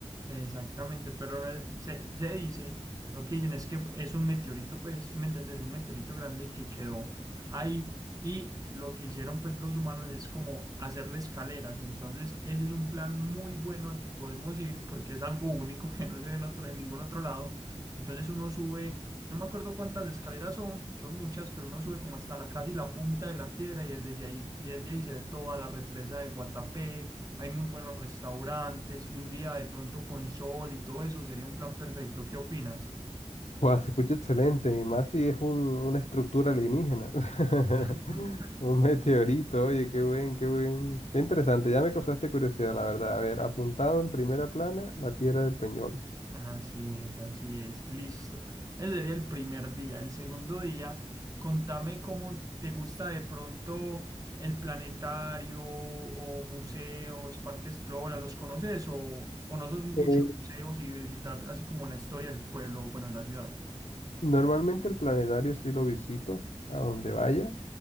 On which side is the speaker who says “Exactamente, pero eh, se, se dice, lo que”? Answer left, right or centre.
Right